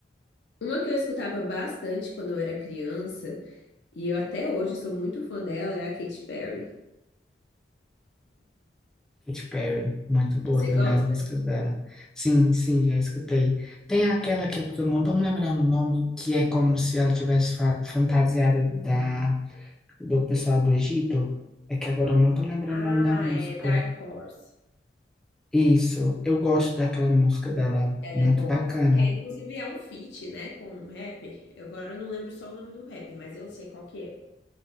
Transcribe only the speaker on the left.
Uma que eu escutava bastante quando eu era criança, e eu até hoje sou muito fã dela, é a Katy Perry.
Você
gosta?
Ah,
é Dark Horse.
Ela
é boa.
Que é, inclusive é um feat, né, com um rapper. Eu agora não lembro só o nome do rapper, mas eu sei qual que é.